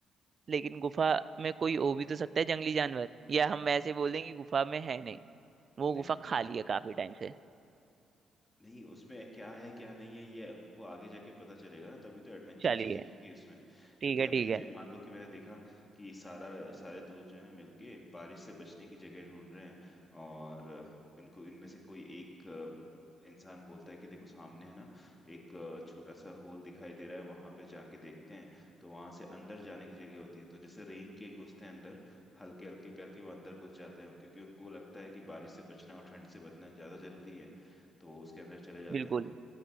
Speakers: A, on the right (about 45°); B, on the left (about 15°).
A: लेकिन गुफा में कोई हो भी तो सकता है जंगली जानवर या हम ऐसे बोल दें कि गुफा में है नहीं वो गुफा
B: नहीं
A: खाली है काफी टाइम से
B: नहीं उसमें क्या है क्या नहीं है ये उनको आगे जाके पता चलेगा ना तभी तो एडवेंचर
A: चलिए
B: चीजें होंगी उसमें
A: ठीक
B: क्योंकि
A: है
B: अभी
A: ठीक है
B: जे- मान लो कि मैंने देखा कि सारा सारे दोस्त जो हैं मिलके बारिश से बचने की जगह ढूंढ रहे हैं और इनको इनमें से कोई एक अ, इंसान बोलता है कि देखो सामने है ना एक अ, छोटा सा होल दिखाई दे रहा है वहां पे जाके देखते हैं तो वहां से अंदर जाने की जगह होती है तो जैसे रेंग के घुसते हैं अंदर हल्के हल्के करके वो अंदर घुस जाते हैं क्योंकि उनको लगता है कि बारिश से बचना और ठंड से बचना ज्यादा जरूरी है तो उसके अंदर चले जाते
A: बिल्कुल
B: हैं